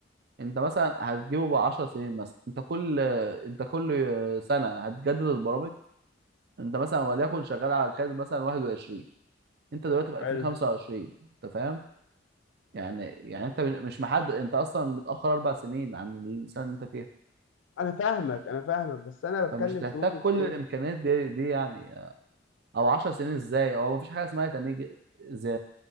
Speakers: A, on the right (about 55°); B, on the left (about 75°).
A: انت مثلا هتجيبه ب 10 سنين مثلا انت كل انت كل سنه هتجدد البرامج انت مثلا وليكن شغال على كارت مثلا 21 انت دلوقتي في 2025
B: حلو
A: انت فاهم يعني يعني انت مش محدد انت اصلا متاخر اربع سنين عن السنه اللي انت فيها
B: انا فاهمك انا فاهمك بس انا بتكلم
A: فمش هتحتاج
B: في نقطه
A: كل
B: ايه
A: الامكانيات دي دي يعني او 10 سنين ازاي هو مفيش حاجه اسمها هيتنيه زي